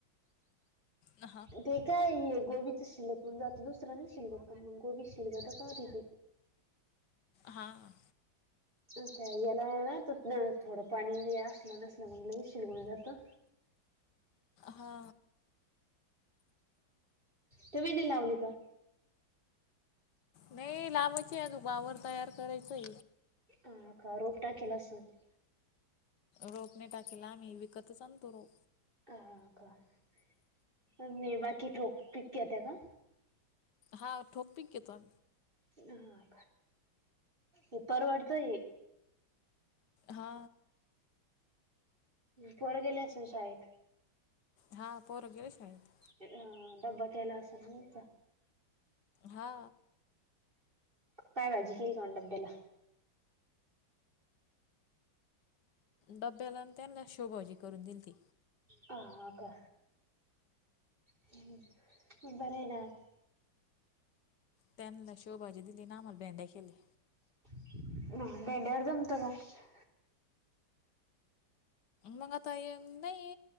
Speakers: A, on the left; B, on the right.
A: हा
B: ते काय गोबीच शिलक म्हणज जातता दुसरा्या नाही शिवत मग गोबी शिल जात तर कधरी बी
A: हां
B: आता याला ना तिथन थोडं पाणी असलं नसलं मग ल शिजलं जातं.
A: हा
B: तुम्ही दि लावली का?
A: नाही लावायची आहे अजून वावर तयार करायचंय.
B: अ का रोपटा <unintelligible>
A: रोपणे टाकला आम्ही विकतच आणतो रो
B: ह का मे बाकी ठोक पिक घेत्या का?
A: हां ठोक पिक घेतो
B: हा उ परवडतय
A: हा
B: पोर गेले असून शाळेत
A: हां पोर गेले शाळेत
B: अ डब्बा केला असलं ना आता
A: हा
B: काय भाजी केली का डब्याला?
A: डब्याला त्यांना शेव भाजी करून दिलती
B: हा का बरे आहे ते
A: त्यानला शेवभजी दिली अन आम्हाला भेंड्या केल्या.
B: <unintelligible>
A: मग आता अ नाही